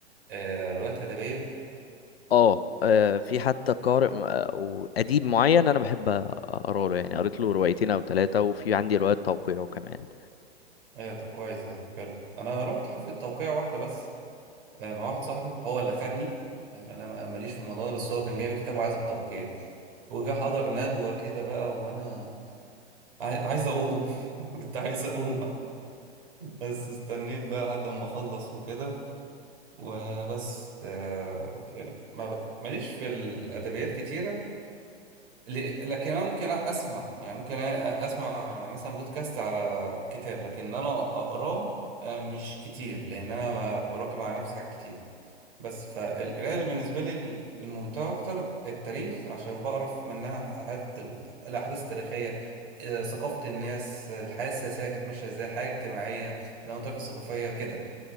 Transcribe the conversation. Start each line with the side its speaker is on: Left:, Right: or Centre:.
Right: آه، روايات أدبية
Left: اه آه، في حتى قارئ م- آه، وأديب معين أنا بحب أقرأ له يعني قريت له روايتين أو ثلاثة وفي عندي روايات توقيعه كمان
Right: آه، طب كويس ده حلو انا رحت حفلة توقيع واحدة بس آه، مع واحد صاحبي هو اللي خدني يعني انا ما- ماليش في الموضوع ده بس هو كان جايب الكتاب وعايز التوقيع وجا حضر ندوة كده بقى وانا عاي- عايز اقوم <laughs> كنت عايز اقوم بس استنيت بقى لحد ما اخلص وكده وبس آه، يعني ما ب- ماليش في الادبيات كتيره ل- لكن انا ممكن اسمع يعني ممكن أ- اسمع مثلا بودكاست على كتاب لكن انا اقراه آه، مش كتير لان انا ما براكم على نفسي حاجات كتير بس فالقرايه اللي بالنسبه لي الممتعه اكتر التاريخ عشان بعرف منها حاجات ال- الاحداث التاريخيه آه، ثقافه الناس آه، الحياه السياسيه كانت ماشيه ازاي الحياه الاجتماعيه زي ما قلت لك الثقافيه كده